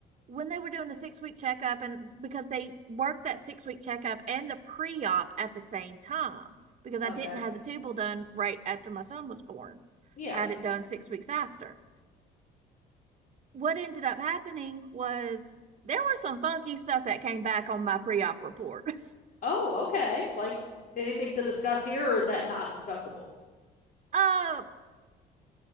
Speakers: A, on the right (about 45°); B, on the left (about 55°).
A: when they were doing the six week checkup and because they worked that six week checkup and the pre op at the same time, because I
B: Okay.
A: didn't have the tubal done right after my son was born.
B: Yeah.
A: I had it done six weeks after. what ended up happening was there was some funky stuff that came back on my pre-op report. <laughs>
B: Oh, okay. Like, anything to discuss here, or is that not discussable?
A: Uh,